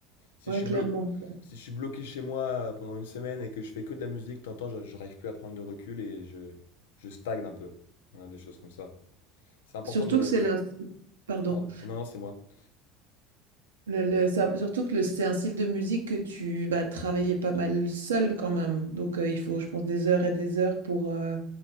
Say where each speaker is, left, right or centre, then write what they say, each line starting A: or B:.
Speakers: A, on the left; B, on the right.
A: Si
B: ouais,
A: je suis
B: clairement.
A: blo- si je suis bloqué chez moi euh, pendant une semaine et que je fais que de la musique, t'entends, je je n'arrive plus à prendre de recul et je, je stagne un peu. Voilà, des choses comme ça. C'est important
B: Surtout
A: de...
B: que c'est la... Pardon.
A: Pardon. Non, non, c'est moi.
B: Le- le- ça- surtout que le- c'est un style de musique que tu vas travailler pas mal seul quand même. Donc euh, il faut, je pense, des heures et des heures pour, euh,